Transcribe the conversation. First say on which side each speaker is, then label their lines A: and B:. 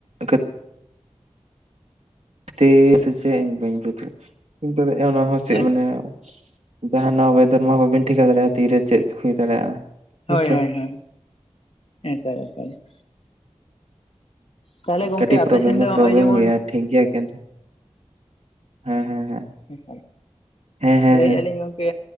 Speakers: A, on the right (about 80°); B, on the left (about 60°).
A: ᱠᱟᱹᱛ ᱛᱮ ᱥᱮ ᱪᱮᱫ ᱤᱧ ᱵᱟᱹᱧ ᱵᱩᱡ ᱫᱟᱲᱮᱜ <inaudible> ᱫᱟᱲᱮᱭᱟᱜᱼᱟ ᱚᱱᱟ ᱦᱚᱸ ᱪᱮᱫ
B: ᱦᱳᱭ
A: ᱢᱟᱱᱮ ᱡᱟᱦᱟᱸ ᱱᱚᱣᱟ ᱚᱭᱮᱫᱟᱨ ᱢᱟ ᱵᱟᱵᱤᱱ ᱴᱷᱤᱠᱟ ᱫᱟᱲᱮᱭᱟᱜᱼᱟ ᱛᱤᱨᱮ ᱪᱮᱫ ᱦᱩᱭ ᱫᱟᱲᱮᱭᱟᱜᱼᱟ? ᱦᱮᱸᱥᱮ
B: ᱦᱳᱭ ᱦᱳᱭ ᱦᱳᱭ, ᱮᱠᱟᱞ, ᱮᱠᱟᱞ ᱾ ᱛᱟᱦᱚᱞᱮ ᱜᱚᱝᱠᱮ
A: ᱠᱟᱹᱴᱤᱡ
B: ᱟᱯᱮ
A: ᱯᱨᱚᱵᱨᱮᱢ
B: ᱥᱮᱱ
A: ᱫᱚ
B: ᱱᱚᱜᱼᱚᱭ
A: ᱯᱨᱚᱵᱞᱮᱢ
B: ᱡᱮᱢᱚᱱ
A: ᱜᱮᱭᱟ ᱴᱷᱤᱠ ᱜᱮᱭᱟ ᱠᱤᱱᱛᱩ ᱦᱮᱸ ᱦᱮᱸ ᱦᱮᱸ᱾
B: ᱮᱠᱟᱞ,
A: ᱦᱮᱸ ᱦᱮᱸ
B: ᱞᱟᱹᱭᱮᱜᱼᱟ
A: ᱦᱮᱸ
B: ᱞᱤᱧ ᱜᱚᱝᱠᱮ